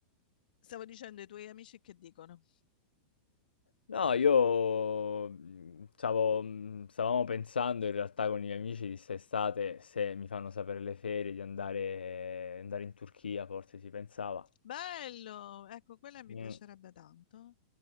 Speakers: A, on the left; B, on the left.
A: Stavo dicendo ai tuoi amici che dicono.
B: No, io mm, stavo, mm, stavamo pensando in realtà con i miei amici di quest'estate se mi fanno sapere le ferie di andare, andare in Turchia, forse si pensava.
A: Bello! Ecco, quella mi
B: Mm.
A: piacerebbe tanto.